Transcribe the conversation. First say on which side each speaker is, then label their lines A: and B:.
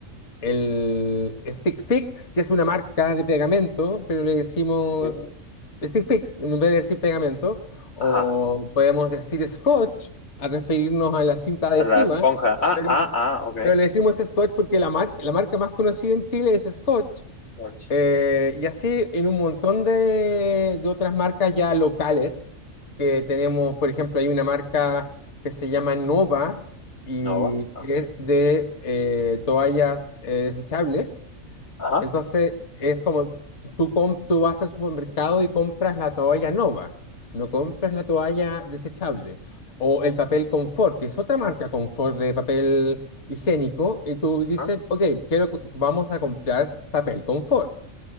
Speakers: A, on the left; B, on the left.
A: El Stick Fix, que es una marca de pegamento, pero le decimos
B: sí.
A: Stick Fix en vez de decir pegamento, o
B: Ajá,
A: podemos decir Scotch al referirnos a la cinta adhesiva,
B: a la esponja. Ah,
A: pero,
B: ah, ah, ok.
A: pero le decimos Scotch porque la, mar- la marca más conocida en Chile es Scotch,
B: Och,
A: eh, y así en un montón de, de otras marcas ya locales que tenemos, por ejemplo, hay una marca que se llama Nova y
B: no va,
A: que
B: ok.
A: es de eh, toallas eh, desechables.
B: Ajá,
A: Entonces es como tú, com- tú vas al supermercado y compras la toalla Nova, no compras la toalla desechable. O el papel Confort, que es otra marca Confort de papel higiénico, y tú dices,
B: ah.
A: ok, quiero, vamos a comprar papel Confort.